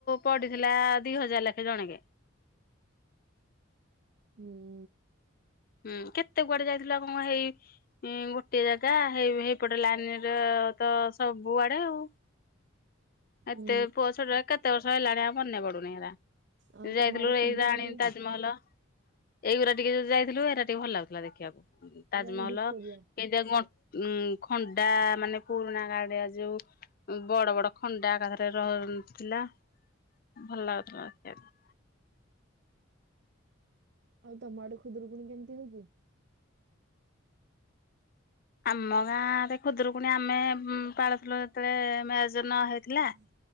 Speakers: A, on the left; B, on the right.
A: ପଡିଥିଲା ଦି ହଜାର ଲେଖେ ଜଣକେ।
B: ହୁଁ।
A: ହୁଁ କେତେ କୁଆଡେ ଯାଇଥିଲୁ ଆଉ କଁ ହେଇ ଇଁ ଗୋଟଏ ଜାଗା ହେଇ ହେଇ ଏପଟେ ଲାଇନିର ତ ସବୁଆଡେ ଆଉ। ଏତେ
B: ହୁଁ
A: ପୁଅ ଛୋଟବେଳେ କେତେ ବର୍ଷ ହେଲାଣି ଆଉ ମନେ ପଡୁନି ହେରା
B: ଆଉ
A: ଯାଇଥିଲୁ
B: ତମ ଆଡେ ଖୁଦୁରୁକୁୁଣି
A: ଏଇ ରାଣୀ ତା ଜମହଲ ଏଇଗୁରା ଟିକେ ଯୋଉ ଯାଇଥିଲୁ ଏରା ଟିକେ ଭଲ ଲାଗୁଥିଲା ଦେଖିଆକୁ। ଉଁ ତାଜମହଲ
B: ରାଣୀ ଭିକ୍ଟୋରିଆ
A: କେନ୍ତିଆ ଗଁ ଉଁ ଖଣ୍ଡା ମାନେ ପୁରୁଣା କାଡିଆ ଯୋଉ ଉଁ ବଡ ବଡ ଖଣ୍ଡା ଏକାଥରେ ର ଉଁ ଥିଲା ଭଲ ଲାଗୁଥିଲା ଦେଖିଆକୁ।
B: ଆଉ ତମ ଆଡେ ଖୁଦୁରୁକୁୁଣି କେମତି ହଉଚି?
A: ଆମ ଗାଁରେ ଖୁଦୁରୁକୁଣି ଆମେ ଉଁ ପାଳୁଥିଲୁ ଯେତେବେଳେ ମ୍ୟାରେଜ ନ ହେଇଥିଲା
B: ହୁଁ